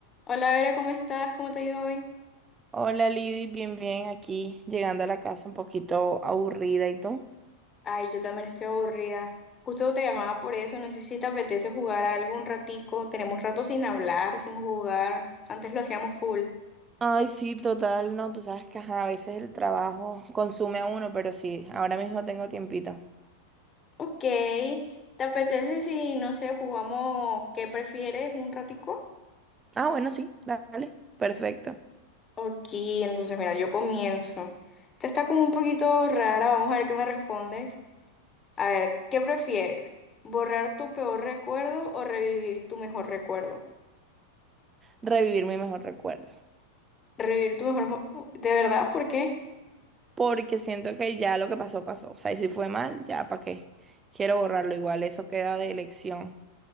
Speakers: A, on the left (about 20°); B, on the right (about 20°).
A: Hola Vera, ¿cómo estás? ¿Cómo te ha ido hoy?
B: Hola Lidy, bien, bien, aquí llegando a la casa un poquito aburrida y tú.
A: Ay, yo también estoy aburrida. Justo te llamaba por eso, no sé si te apetece jugar algo un ratico. Tenemos rato sin hablar, sin jugar. Antes lo hacíamos full.
B: Ay, sí, total, no, tú sabes que ajá, a veces el trabajo consume a uno, pero sí, ahora mismo tengo tiempito.
A: Ok, ¿te apetece si, no sé, jugamos qué prefieres un ratico?
B: Ah, bueno, sí, dale, perfecto.
A: Ok, entonces mira, yo comienzo. Esta está como un poquito rara, vamos a ver qué me respondes. A ver, ¿qué prefieres? ¿Borrar tu peor recuerdo o revivir tu mejor recuerdo?
B: Revivir mi mejor recuerdo,
A: Revivir tu mejor... mo- ¿De verdad? ¿Por qué?
B: porque siento que ya lo que pasó, pasó. O sea, y si fue mal, ya, ¿para qué? Quiero borrarlo, igual eso queda de elección.